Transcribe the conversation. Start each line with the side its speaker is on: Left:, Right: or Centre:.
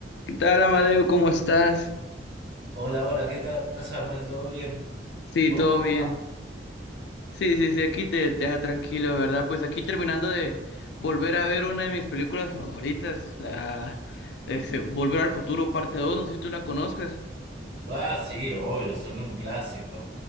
Left: ¿Qué tal, Amadeo? ¿Cómo estás?
Right: Hola, hola, ¿qué tal, Samuel? ¿Todo bien?
Left: Sí,
Right: ¿Vos
Left: todo
Right: cómo
Left: bien.
Right: andás?
Left: Sí, sí, sí, aquí te, te da tranquilo, ¿verdad? Pues aquí terminando de volver a ver una de mis películas favoritas, la ese, Volver al Futuro, parte 2. no sé si tú la conozcas.
Right: Ah, sí, obvio, son un clásico.